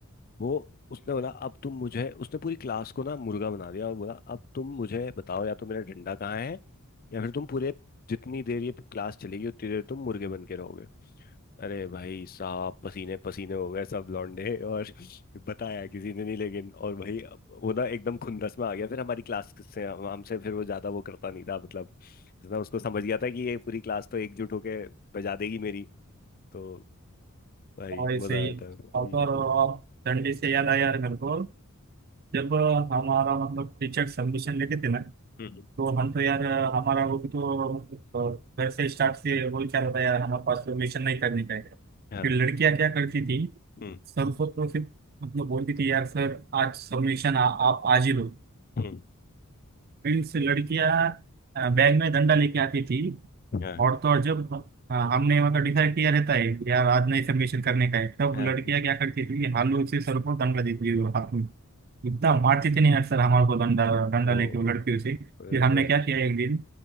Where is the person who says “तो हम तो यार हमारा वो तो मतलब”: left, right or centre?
Right